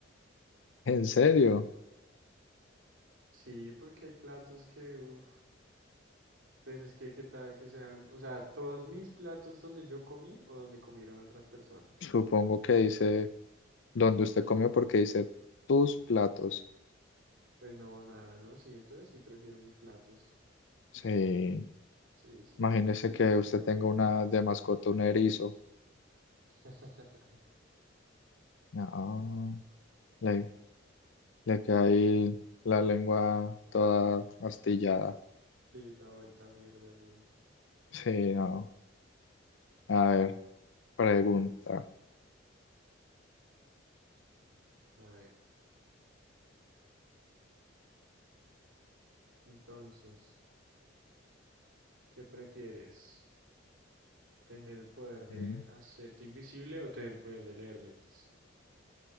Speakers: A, on the left; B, on the right.
A: ¿En serio?
B: Sí, porque hay platos que, uf, pues es que qué tal que sean, o sea, todos mis platos donde yo comí o donde comieron otras personas.
A: Supongo que dice donde usted comió porque dice tus platos.
B: Pues no, nada, ¿no? Sí, entonces sí prefiero mis platos.
A: Sí,
B: Sí, sí.
A: imagínese que usted tenga una de mascota, un erizo.
B: <laughs>
A: No. Le, le queda ahí la lengua toda astillada.
B: Sí, da vuelta a mierda, sí.
A: Sí, no. A ver, pregunta.
B: A ver, entonces, ¿qué prefieres? ¿Tener el poder
A: <clears throat>
B: de
A: Mm.
B: hacerte invisible o tener el poder de leer mentes?